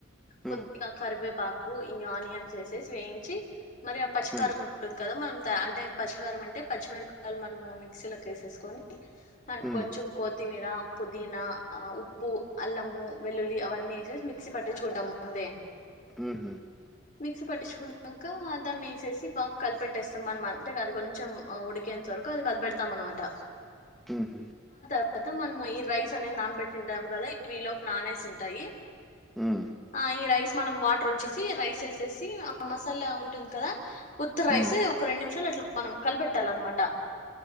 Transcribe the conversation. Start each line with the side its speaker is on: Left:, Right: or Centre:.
Centre: హ్మ్.
Left: కొద్దిగా కరివేపాకు ఈ ఆనియన్స్ ఎసేసి వేయించి మరి ఆ పచ్చికారం
Centre: హ్మ్.
Left: ఉంటుంది కదా మ అంటే పచ్చికారం అంటే పచ్చిమిరపకాయలు మనము మిక్సీలోకెసేసుకొని అండ్
Centre: హ్మ్.
Left: కొంచెం కొత్తిమీర పుదీనా ఉప్పు అల్లము వెల్లుల్లి అవన్నీ ఎసేసి మి మిక్సి పాటించుకుంటాం అంతే
Centre: మ్ హు
Left: మిక్సీ పట్టించుకున్నాక దాన్ని ఎసేసి బాగా కలిపెట్టేస్తాం అనమా అంటే అది కొంచెం ఉడికేంత్ తర్క అది కలిపెడతామన్మాట
Centre: ఉహ్మ్
Left: వాత మనం ఈ రైస్ అనేది నానబెట్టింటాము కదా ఇవిలోకి నానేసి ఉంటాయి
Centre: హ్మ్.
Left: ఆ ఈ రైస్ మనం వాటరొంచ్చేసి రైస్ వేసేసి ఆ మసాలా ఉంటుంది కదా ఉత్త రైస్
Centre: హ్మ్.
Left: త్ ఒక రెండ్నిమిషాలు అట్లా మనం కలబెట్టాలన్నమాట